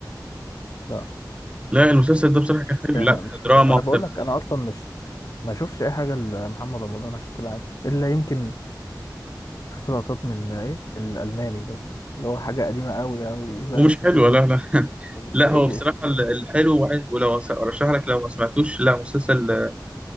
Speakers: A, on the left; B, on the right.
A: لا
B: لا المسلسل ده بصراحه
A: مش
B: كان حلو
A: متابع
B: لا
A: مش
B: دراما
A: متابع انا
B: وتمثيل
A: بقول لك انا اصلا مش ما اشوفش اي حاجه لمحمد رمضان عشان تبقى عارف الا يمكن شفت لقطات من ايه الالماني بس اللي هو حاجه قديمه قوي قوي بس
B: ومش حلو
A: كده
B: لا لا
A: ومش
B: لا
A: حلو
B: هو بصراحه ال- الحلو وعايز- ولو أس- ارشح لك لو ما سمعتوش لا مسلسل آه،